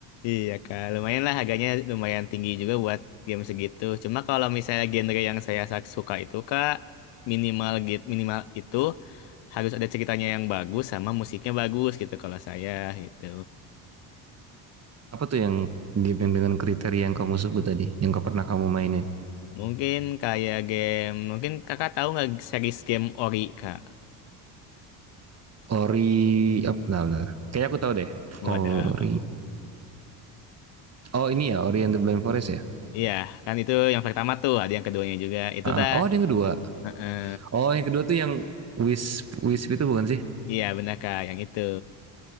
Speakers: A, on the left; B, on the right.
A: Iya Kak, lumayan lah harganya lumayan tinggi juga buat game segitu. Cuma kalau misalnya genre yang saya sa- suka itu Kak minimal gitu minimal itu harus ada ceritanya yang bagus sama musiknya bagus gitu kalau saya gitu.
B: Apa tuh yang game yang dengan kriteria yang kamu sebut tadi, yang gak pernah kamu mainin?
A: Mungkin kayak game, mungkin kakak tahu nggak series game Ori, Kak?
B: Ori, apa? Nah, nah. Kayaknya aku tahu deh.
A: Wadaw.
B: Ori. Oh ini ya, Ori and the Blind Forest ya.
A: Iya, kan itu yang pertama tuh, ada yang keduanya juga. Itu
B: Ah,
A: tah.
B: oh ada yang kedua.
A: Heeh.
B: Oh yang kedua tuh yang Wisp, Wisp itu bukan sih?
A: Iya, benar Kak, yang itu.